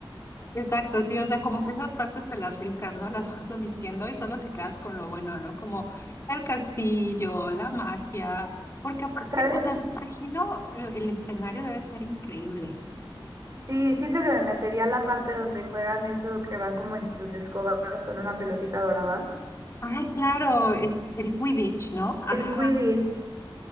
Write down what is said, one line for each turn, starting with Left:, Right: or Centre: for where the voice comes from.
Left: Exacto, sí, o sea, como que esas partes te las brincas, ¿no? <laughs> Las vas omitiendo y solo te quedas con lo bueno, ¿no? Como el castillo, la magia, porque aparte,
Right: ¿Sabes?
Left: o sea, me imagino eh, el escenario debe estar increíble.
Right: Sí, siento que me metería a la parte donde juegan eso que van como en sus escobas con una pelotita dorada.
Left: Ay, claro, es el Quidditch, ¿no? Ajá,
Right: El Quidditch.